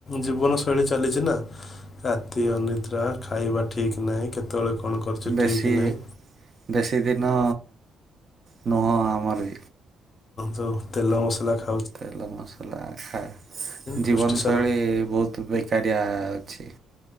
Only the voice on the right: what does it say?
ବେଶୀ
ବେଶୀ ଦିନ ନ ଆମର
ତେଲ ମସଲା ଖା
ଜୀବନ ଶୈଳୀ ବହୁତ ବେକାରିଆ। ଛିି।